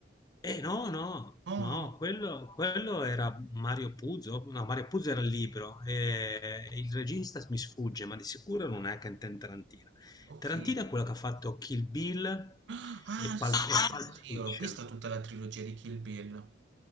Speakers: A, on the left; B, on the right.
A: Eh no, no,
B: Oh
A: no,
B: no,
A: quello, quello era Mario Puzo, no, Mario Puzo era il libro, e il regista mi sfugge, ma di sicuro non è Quentin Tarantino.
B: ok.
A: Tarantino è quello che ha fatto Kill Bill
B: Ah,
A: e Pulp,
B: sì,
A: e
B: sì,
A: Pulp
B: sì, sì,
A: Fiction.
B: ho visto tutta la trilogia di Kill Bill.